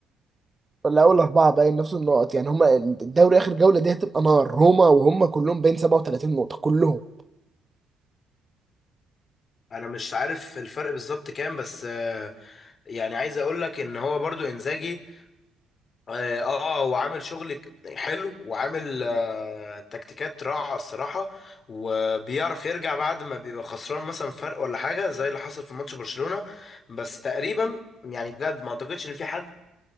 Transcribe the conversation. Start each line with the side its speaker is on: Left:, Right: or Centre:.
Right: ولا اول اربعه باين نفس النقط يعني هما الدوري اخر جوله دي هتبقى نار روما وهم كلهم باين 37 نقطه كلهم
Left: انا مش عارف الفرق بالظبط كام بس آه، يعني عايز اقول لك ان هو برضو انزاجي اه آه، هو عامل شغل ك- حلو وعامل آه تكتيكات رائعه الصراحه وبيعرف يرجع بعد ما بيبقى خسران مثلا فرق ولا حاجه زي اللي حصل في ماتش برشلونه بس تقريبا يعني بجد ما اعتقدش ان في حد